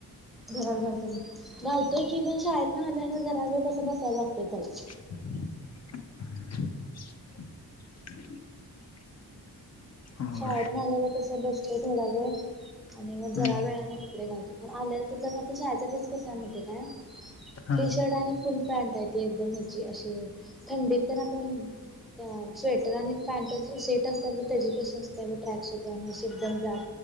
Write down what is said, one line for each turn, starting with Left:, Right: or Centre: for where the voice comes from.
Centre: घरात घालतो मी घालतोय की पण शाळेत न आल्या आल्या जरा वेळ तसं बसायला लागतोय त्याला.
Left: <inaudible> अवघड
Centre: शाळेतनं
Left: आहे
Centre: आल्या आल्या तसं बसतोय थोड्यावेळ आणि मग
Left: हम्म
Centre: जरा वेळान कपडे घालतोय. आल्या आल्या त्याचां काय ते शाळेचा ड्रेस कसा आहे माहिती काय
Left: हा
Centre: टीशर्ट आणि फुल पॅन्ट आहे ती एकदम ह्याची अशी थंडीत तर आपण त्या स्वेटर आणि पॅन्टचे सेट असतात बघ त्याची पैशे अस त्यावर ट्रॅक सुट आणि अशे एकदम जाड